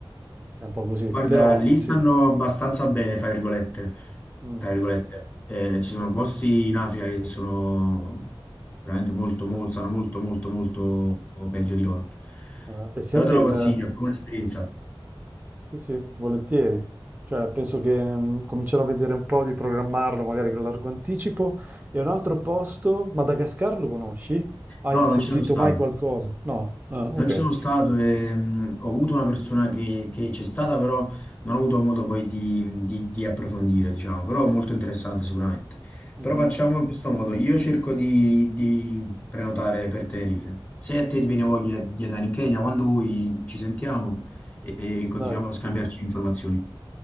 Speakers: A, on the right (about 20°); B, on the left (about 15°).
A: è un po' così,
B: Guarda,
A: però
B: lì
A: sì,
B: stanno abbastanza bene, fra virgolette.
A: mm,
B: Tra virgolette. Eh, ci
A: sì,
B: sono
A: sì,
B: posti in Africa che sono veramente molto,
A: sì.
B: molto, sono molto, molto, molto peggio di loro.
A: Eh, e senti
B: Però te lo
A: il...
B: consiglio, è proprio un'esperienza.
A: Sì, sì, volentieri. Cioè, penso che mm, comincerò a vedere un po' di programmarlo, magari con largo anticipo. E un altro posto, Madagascar lo conosci? Hai
B: No, non
A: sentito
B: ci sono stato.
A: mai qualcosa? No? Ah, ok.
B: Non ci sono stato, e, mh, ho avuto una persona che, che c'è stata, però non ho avuto modo poi di, di- di approfondire, diciamo, però molto interessante sicuramente.
A: Mhm.
B: Però facciamo in questo modo, io cerco di, di prenotare per Tenerife. Se a te ti viene voglia di andare in Kenya, quando vuoi ci sentiamo e continuiamo
A: Dai,
B: a scambiarci informazioni.